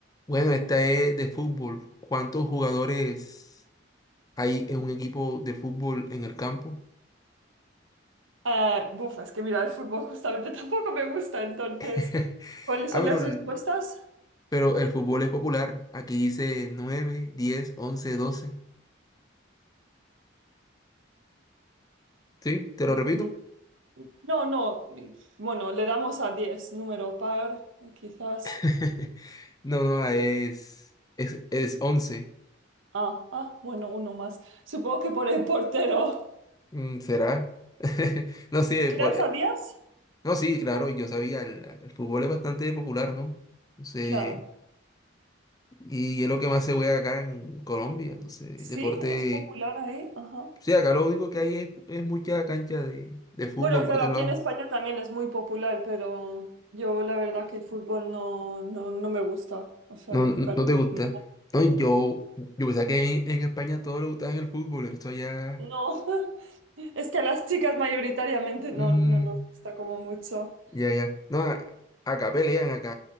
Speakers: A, on the left; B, on the right.
A: Bueno, esta es de fútbol. ¿Cuántos jugadores hay en un equipo de fútbol en el campo?
B: ah, buf, es que mira, el fútbol justamente <laughs> tampoco me gusta, entonces,
A: <laughs>
B: ¿cuáles
A: Ah,
B: son
A: pero
B: las
A: el,
B: respuestas?
A: pero el fútbol es popular. Aquí dice 9, 10, 11, doce, ¿Sí? ¿Te
B: Mm,
A: lo repito?
B: No, no, bueno, le damos a 10 número par, eh, quizás.
A: <laughs> No, no, ah, es, es, es 11.
B: Ah, ah, bueno, uno más. Supongo que por el portero. <laughs>
A: Mm, ¿Será? <laughs> No sé,
B: ¿Tú
A: por-
B: ya sabías?
A: eh, no, sí, claro, yo sabía, el, el fútbol es bastante popular, ¿no? Entonces,
B: Claro.
A: y es lo que más se juega acá en Colombia, entonces,
B: Sí,
A: el deporte
B: es popular ahí, ajá.
A: Sí, acá lo único que hay es, es mucha cancha de, de fútbol
B: Bueno, claro,
A: por otro
B: aquí
A: lado.
B: en España también es muy popular, pero yo la verdad que el fútbol no, no, no me gusta, o sea,
A: No,
B: nunca
A: no,
B: lo
A: no
B: he
A: te gusta.
B: tenido.
A: No, yo, yo pensaba que en, en España todo le gustaba el fútbol, el resto ya.
B: No, <laughs> es que a las chicas mayoritariamente
A: mm,
B: no, no nos gusta como mucho.
A: ya, ya. No, a- acá pelean, acá